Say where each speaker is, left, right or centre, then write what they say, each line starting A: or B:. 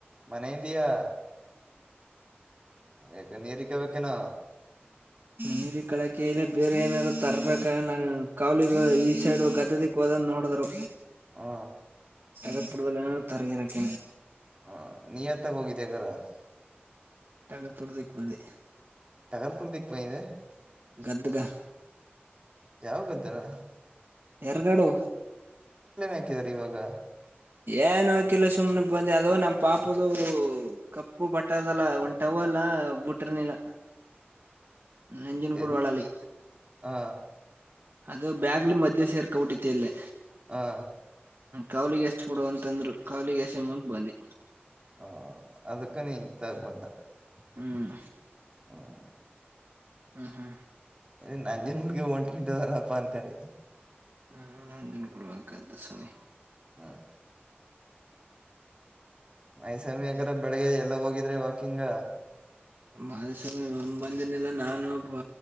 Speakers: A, on the right; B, on the right.
A: ಮನೆೆಯಿಂದಿಯಾ ಯಕ ಏರಿಕಬೇಕಕ್ಕೆನ
B: ನೀರಿ ಕಳಕಲ್ಲಿ ಬೇರೆ ಏನಾದ್ರು ತರ್ಬೇಕ ನಾನು ಕಾವಲಿಗ ಈ ಸೈಡ್ ಗದದಕ್ ಹೋದ್ ನೋಡಿದ್ರು
A: ಹಾ
B: ರಪ್ಪಡ್ಬಲ್ಲನ ತರಗಿರಕ್ಕ
A: ಹ ನಿಯತ್ತಾಗ ಹೋಗ <unintelligible>
B: ಟಗಪುಡದಕ್ಕಂದೆ
A: <unintelligible>
B: ಗದ್ದುಗ
A: ಯಾವಾಗ್ದಾರ
B: ಎರ್ಗಡು
A: ಹಾಕಿದಾರ ಇವಾಗ
B: ಏನುೋ ಕಲ್ಲ ಸುಮ್ಮ್ನೆ ಬಂದೆ ಅದೋ ನಮ್ಮ ಪಪಗಳು ಕಪ್ಪು ಬಟ್ಟ ಅದೆಲ್ಲ ಒಂಟ ಟವ ಅಲ್ಲಾ ಬುಟ್ರನಲ್ಲ ನಂಜನ್ ಕೂಡ
A: ಎಲ್
B: ಒಳಾಲಿ
A: ಹ
B: ಅದು ಬ್ಯಾಗ್ಲಿ ಮಧ್ಯೆ ಸೇರ್ಕಬಿಟ್ಟೈತಿ ಅಲ್ಲೇ
A: ಹಾ
B: ಕಾವ್ಲಿಿಗೆ ಎಷ್ಟ ಕೊಡುವ ಅಂತಂದ್ರು ಕಾವ್ಲಿಿಗೆ ಎಷ್ಟ ಅಮೌಂಟ್ ಬಂದಿ
A: ಹ್ಮ ಅದಕ್ಕ ನೀ ತಗ ಬಂದ
B: ಹ್ಮ್
A: ಹ್ಮ್
B: ಹ್ಮ ಹಾ
A: ಇ ನಂಜನ್ಮಡಗೆ ಒಂಟಕಟದನಪ್ಪ ಅನ್ಕಿ
B: ಹ್ಮ್ ನಂಜಿನ ಕೊಡ್ಬೇಕ್ದ ಸರಿಿ
A: ಹ್ಮ ಮೈಸಾಮಿ
B: ಹ್ಮ್.
A: ಅಕ ಬೆಳಗ್ಗೆ ಎಲ್ಲ ಎಲ್ಲ ಹೋಗಿದ್ರೆ ವಾಕಿಂಗ್
B: ಬಾಲಸ್ವಾಮಿ ಒ ಬಂದನಿಲ್ಲ ನಾನು ಬ